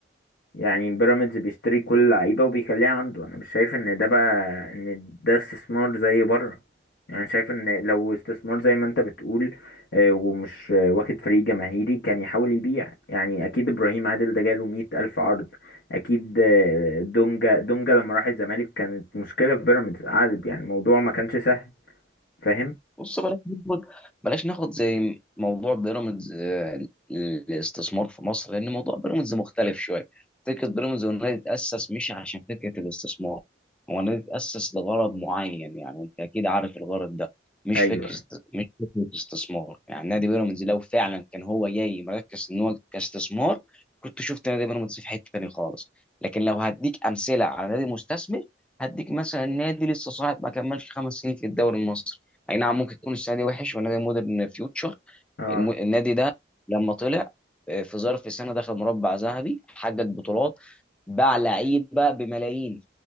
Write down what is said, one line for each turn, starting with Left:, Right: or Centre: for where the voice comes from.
Left: يعني بيراميدز بيشتري كل اللعيبه وبيخليها عنده انا مش شايف ان ده بقى ان ده استثمار زي بره يعني شايف ان لو استثمار زي ما انت بتقول آه، ومش آه، واخد فريق جماهيري كان يحاول يبيع يعني اكيد ابراهيم عادل ده جاله مية الف عرض اكيد آه، دونجا دونجا لما راح الزمالك كانت مشكله في بيراميدز عادل يعني الموضوع ما كانش سهل فاهم
Centre: بص بلاش ناخد بلاش ناخد زي موضوع بيراميدز آه، الاستثمار في مصر لان موضوع بيراميدز مختلف شويه فكره بيراميدز هو النادي اتاسس مش عشان فكره الاستثمار هو النادي اتاسس لغرض معين يعني انت اكيد عارف الغرض ده مش
Left: ايوه
Centre: فكره مش فكره استثمار يعني نادي بيراميدز لو فعلا كان هو جاي مركز ان هو كاستثمار كنت شفت نادي بيراميدز في حته تانيه خالص لكن لو هديك امثله على نادي مستثمر هديك مثلا نادي لسه صاعد ما كملش خمس سنين في الدوري المصري اي نعم ممكن يكون السنه دي وحش ونادي مودرن فيوتشر
Left: اه
Centre: الم- النادي ده لما طلع آه، في ظرف سنه دخل مربع ذهبي حقق بطولات باع لعيبه بملايين